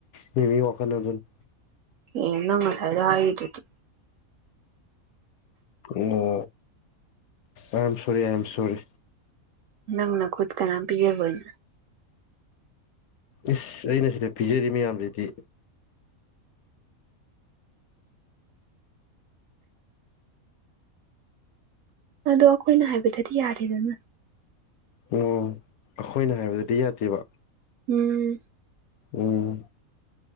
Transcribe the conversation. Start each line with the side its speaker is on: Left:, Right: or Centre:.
Left: ꯃꯤ ꯃꯤ ꯋꯥꯈꯜ ꯍꯥꯏꯗꯨꯅ‌ꯦ
Right: ꯑꯦ ꯅꯪ ꯉꯁꯥꯏꯅ ꯍꯥꯏꯔꯤꯗꯨꯗꯤ
Left: ꯑꯣ ꯑꯥꯏ am sorry I am sorry
Right: ꯅꯪ ꯅꯈꯨꯠ ꯀꯅꯥꯝ ꯄꯤꯖꯔ‌ꯣꯏ
Left: ꯏꯁ ꯑꯩꯅ ꯁꯤꯗ ꯄꯤꯖꯔꯤ ꯃꯌꯥꯝꯁꯤꯗꯤ
Right: ꯑꯗꯣ ꯑꯩꯈꯣꯏꯅ ꯍꯥꯏꯕꯗꯗꯤ ꯌꯥꯗ‌ꯦꯗꯅ
Left: ꯑꯣ ꯑꯩꯈꯣꯏꯅ ꯍꯥꯏꯕꯗꯗꯤ ꯌꯥꯗꯦꯕ
Right: ꯎꯝ
Left: ꯎꯝ